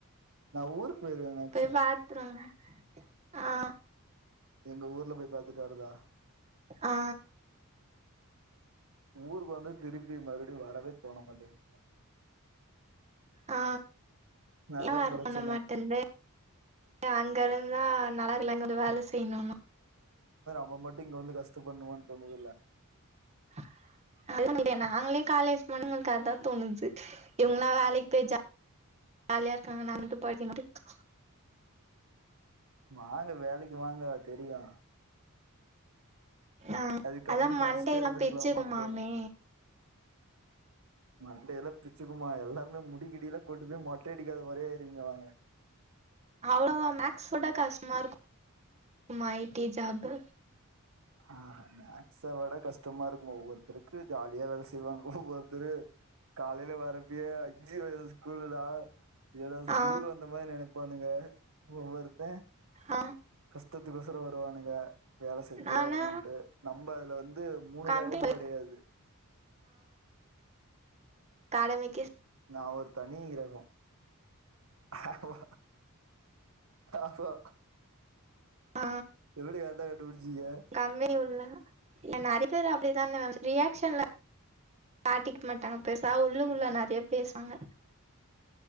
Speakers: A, on the right; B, on the right.
A: நா ஊருக்கு போயிருவே மேக்சிமம்
B: போய் பாத்துருவாங்க ஆ
A: எங்க ஊர்ல போய் பாத்துட்டு வரதா
B: ஆ
A: ஊருக்கு வந்து திருப்பி மறுபடியு வரவே தோண மாட்டேங்குது
B: ஆ
A: அதா
B: ஏ வர்ர
A: பிரச்சன
B: தோண மாட்டேனுது அங்க இருந்துதா நல்லா இல்ல இங்க வந்து வேல செய்ணுனு
A: நம்ப மட்டு இங்க வந்து கஷ்ட படனுமான்னு தோணுதில்ல
B: <inaudible> அது <inaudible> நாங்களே காலேஜ் போண்ணு அதுதா தோணுச்சு இவங்களா வேலைக்கு போயி ஜா ஜாலியா இருக்காங்க நா மட்டு படிகனுட்டு
A: வாங்க வேலைக்கு வாங்க தெரியு
B: ஆ
A: அதுக்கப்பறமு
B: அதா மண்டேல்லா
A: படிச்சுட்டே இருந்திருக்கலாமானு
B: பிச்சுக்குமாமே
A: தோணு மண்டயெல்லா பிச்சுக்குமா எல்லாமே முடிகிடி எல்லா கொட்டுது மொட்டையடிக்காத மாரியே செரிங்க வாங்க
B: அவ்ளோவா மேக்ஸ்ஸ விட கஷ்டமா இருக்குமா ஐ டி ஜாபு
A: ஆ மேக்ஸ விட கஷ்டமா இருக்குமா ஒவ்வொருத்தருக்கு ஜாலியா வேல செய்வாங்க ஒவ்ஒருத்தரு காலையில வரப்பய அஞ்சு வயது ஸ்கூலுனா எதாவ்து ஸ்கூல்
B: ஆ
A: வந்த மாரி நினைப்பானுங்க ஒவ்வொருத்தன்
B: ஆ
A: கஷ்டத்துக்கு வசரம் வருவானுங்க வேலை செஞ்சு
B: நானா
A: ஆகணும்ன்ட்டு நம்ம அதுல வந் து மூணு
B: கம்பெனி
A: ரகமும் கெடையாது
B: கடைமக்கி
A: நா ஒரு தனி ரகம் ஆமா ஆமா
B: ஆ
A: எப்டி கரெக்டா கண்டுபிடிச்சீங்க
B: கம்பெனி உள்ள என்ன அடி பேரு அப்படிதான ரியாகஷன்ல காட்டிக்க மாட்டாங்க பேசா உள்ளு உள்ள நிறைய பேசுவாங்க